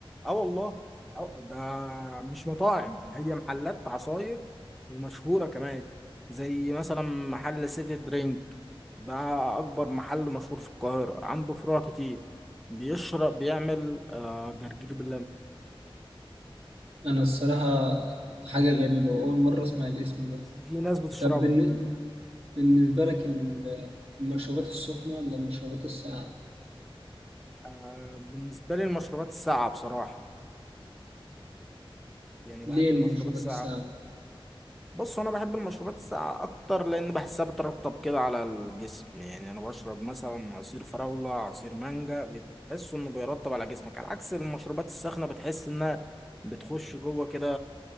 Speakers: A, in the centre; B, on the right.
A: اه والله اه ده مش مطاعم هي محلات عصاير ومشهورة كمان زي مثلا محل سيتي درينك ده أكبر محل مشهور في القاهرة عنده فروع كتير بيشرب بيعمل آه جرجير باللبن
B: أنا الصراحة حاجة غريبة وأول مرة أسمع الاسم ده
A: في ناس بتشربه
B: طب بالن- بالنسبة لك ال- المشروبات السخنة ولا المشروبات الساقعة؟
A: آه بالنسبة لي المشروبات الساقعة بصراحة يعني بحب
B: ليه المشروبات
A: المشروبات الساقعة
B: الساقعة؟
A: بص انا بحب المشروبات الساقعه اكتر لان بحسها بترطب كده على الجسم يعني انا بشرب مثلا عصير فراوله عصير مانجا بتحس انه بيرطب على جسمك على عكس المشروبات الساخنه بتحس انها بتخش جوه كده